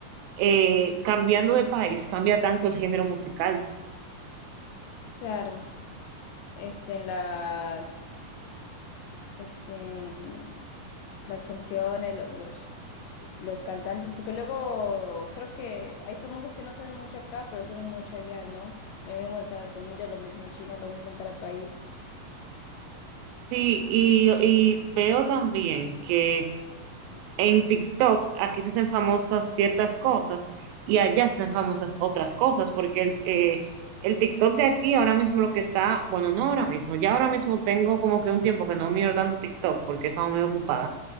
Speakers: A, on the right; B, on the left.
A: eh, cambiando de país cambia tanto el género musical.
B: claro, este, en las... Este, las canciones, lo- los, los cantantes, porque luego creo que hay famosos que no suenan mucho acá, pero suenan mucho allá, ¿no? Lo mismo en Estados Unidos, lo mismo en China, lo mismo en cada país.
A: Sí, y, y veo también que En TikTok, aquí se hacen famosas ciertas cosas y allá se hacen famosas otras cosas, porque el, eh, el TikTok de aquí ahora mismo lo que está, bueno, no ahora mismo, ya ahora mismo tengo como que un tiempo que no miro tanto TikTok porque he estado muy ocupada,